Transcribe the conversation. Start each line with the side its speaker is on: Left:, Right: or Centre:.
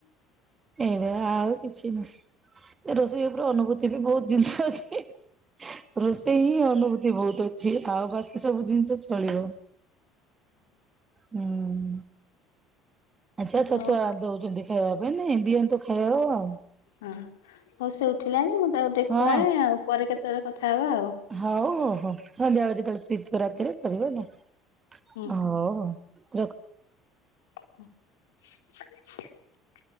Right: ଏବେ ଆଉ କିଛି ନାହିଁ ରୋଷେଇ ଉପରେ ଅନୁଭୂତି <inaudible> ଏ ବି ବହୁତ ଜିନିଷ ଅଛି ରୋଷେଇ ହିଁ ଅନୁଭୂତି <inaudible> ଏମିତି ବହୁତ ଅଛି ଆଉ ବାକି ସବୁ ଜିନିଷ ଚଳିବ। ହୁଁ, ଆଚ୍ଛା ଛତୁଆ
Left: ଓହୋ ହଉ
Right: ଦଉଛନ୍ତି ଖାଇବା ପାଇଁ ନାଇ ଦିଅନ୍ତୁ ଖାଇଦବ ଆଉ। <inaudible>
Left: ହଁ ହଉ ସେ ଉଠିଲାଣି ମୁଁ ତାକୁ ଟିକେ
Right: ହଁ
Left: ଖୁଆଏ ଆଉ ପରେ କେତେବେଳେ କଥା ହବା ଆଉ।
Right: ହଉ ହଉ ହଉ ହଉ ସନ୍ଧ୍ୟାବେଳେ ଯେତେବଳେ ଫ୍ରୀ ଥିବ ରାତିରେ କରିବ ହେଲା
Left: ହୁଁ
Right: ହଉ ହଉ। ରଖ <inaudible>
Left: ହ। <inaudible>